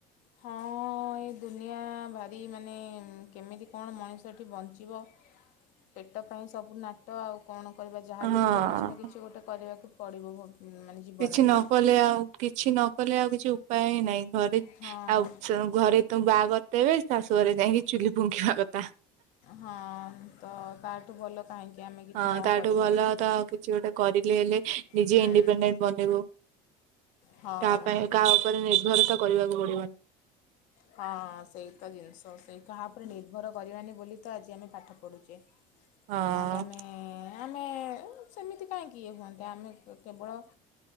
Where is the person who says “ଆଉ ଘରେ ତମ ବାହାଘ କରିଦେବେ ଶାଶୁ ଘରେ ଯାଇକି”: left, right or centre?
Right